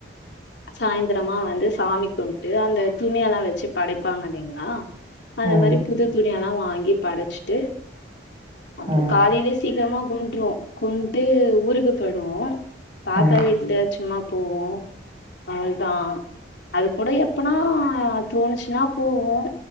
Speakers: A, on the left; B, on the right.
A: சாய்ந்துரமா வந்து சாமி கும்ட்டு அந்த துணியெல்லா வச்சு படைப்பாங்க இல்லிங்ளா ஆ அந்த
B: ம்,
A: மாரி புது துணியெல்லா வாங்கி படச்சுட்டு அப்போ
B: ம்,
A: காலையிலயே சீக்கிரமா கும்புட்ருவோ கும்ட்டு ஊருக்குப் போய்டுவோ தாத்தா
B: ம்.
A: வீட்ல சும்மா போவோ அவிள்தா, அது கூட எப்பனா தோணுச்சுனா, போவோ.